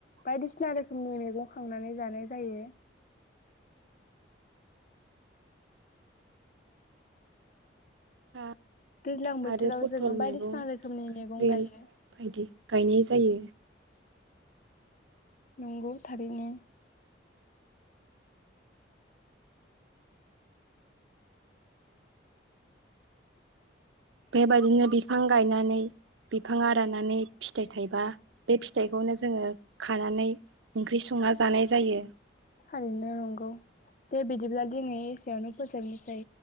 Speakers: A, on the left; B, on the right.
A: बायदिसिना रोखोमनि मैगं खांनानै जानाय जायो।
B: <unintelligible>
A: दैज्लां बोथोराव
B: आरो पथल
A: जोङो बायदिसिना
B: मैगं
A: रोखोमनि मैगं
B: रेल
A: गायो।
B: बायदि गायनाय जायो।
A: नंगौ थारैनो।
B: बेबायदिनो बिफां गायनानै बिफां राननानै फिथाइ थाइबा बे फिथाइखौनो जोङो खानानै ओंख्रि संना जानाय जायो।
A: थारैनो नंगौ दे बिदिब्ला दिनै एसेयावनो फोजोबनोसै।